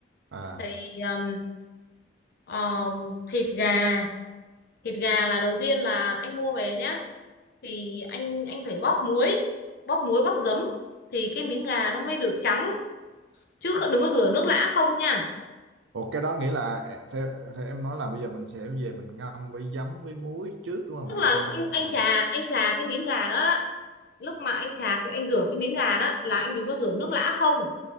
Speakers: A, on the right; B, on the left.
A: à
B: thì um, um, thịt gà thịt gà là đầu tiên là anh mua về nhá thì anh anh phải bóp muối bóp muối bóp giấm thì cái miếng gà nó mới được trắng chứ kh- đừng có rửa nước lã không nha
A: Ủa cái đó nghĩa là e- theo, theo em nói là bây giờ mình sẽ về mình ngâm với giấm với muối trước đúng không?
B: tức
A: Ví dụ
B: là
A: ngâm
B: anh
A: một
B: anh
A: thời
B: chà
A: gian.
B: anh chà cái miếng gà đó, á, lúc mà anh chà cái anh rửa cái miếng gà đó là anh đừng có rửa nước lã không